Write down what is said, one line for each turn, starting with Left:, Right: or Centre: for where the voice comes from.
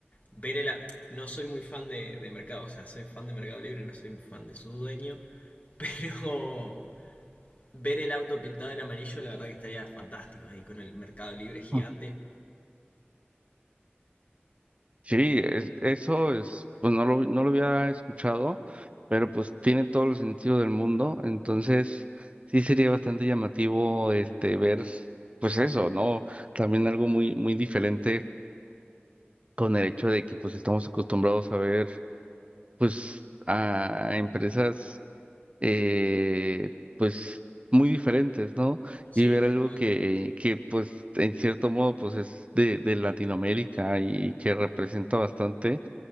Left: Ver el no soy muy fan de, de Mercado, o sea, soy fan de Mercado Libre, no soy fan de su dueño, <laughs> pero ver el auto pintado en amarillo, la verdad que estaría fantástico ahí con el Mercado Libre gigante.
Right: Ah, Sí, es- eso es, pues no lo, no lo había escuchado, pero pues tiene todo el sentido del mundo, entonces sí sería bastante llamativo este ver, pues eso, ¿no? También algo muy, muy diferente con el hecho de que pues estamos acostumbrados a ver pues a empresas eh, pues muy diferentes, ¿no?
Left: Sí,
Right: Y ver
Left: tal
Right: algo
Left: cual.
Right: que, que pues en cierto modo pues es de, de Latinoamérica y que representa bastante.